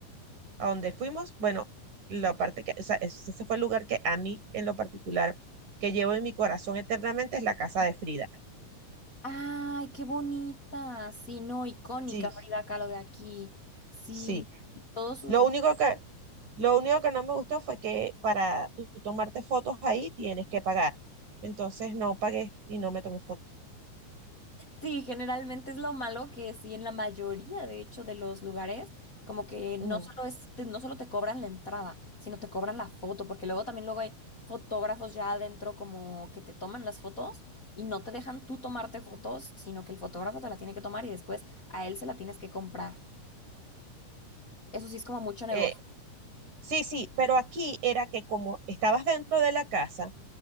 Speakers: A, on the right; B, on the left.
A: a donde fuimos, bueno, la parte que, o sea, ese ese fue el lugar que a mí en lo particular, que llevo en mi corazón eternamente, es la casa de Frida.
B: Ay, qué bonita. Sí, no, icónica
A: Sí,
B: Frida Kahlo de aquí. Sí,
A: sí.
B: todos sus
A: Lo único que, lo único que no me gustó fue que para tú tomarte fotos ahí tienes que pagar. Entonces no pagué y no me tomé fotos.
B: Sí, generalmente es lo malo que sí, en la mayoría, de hecho, de los lugares, como que no
A: Mm,
B: solo es, te- no solo te cobran la entrada, sino te cobran la foto, porque luego también luego hay fotógrafos ya adentro como que te toman las fotos y no te dejan tú tomarte fotos, sino que el fotógrafo te la tiene que tomar y después a él se la tienes que comprar. Eso sí es como mucho negocio.
A: Eh, sí, sí, pero aquí era que como estabas dentro de la casa,